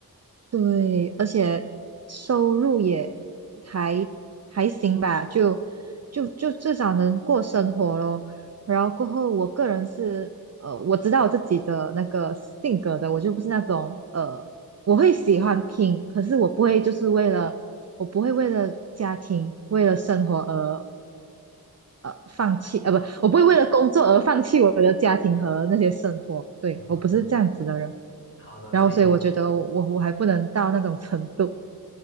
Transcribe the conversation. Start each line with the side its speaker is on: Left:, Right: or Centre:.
Right: 对，而且收入也还还行吧，就就就至少能过生活咯。然后过后，我个人是呃，我知道我自己的那个性格的，我就不是那种呃，我会喜欢拼，可是我不会就是为了我不会为了家庭、为了生活而呃放弃，呃不，我不会为了工作而放弃我的家庭和那些生活。对，
Left: 嗯，
Right: 我不是这样子的人。
Left: 好的，
Right: 然后所以我觉得我我还不能到那种程度。
Left: 所以。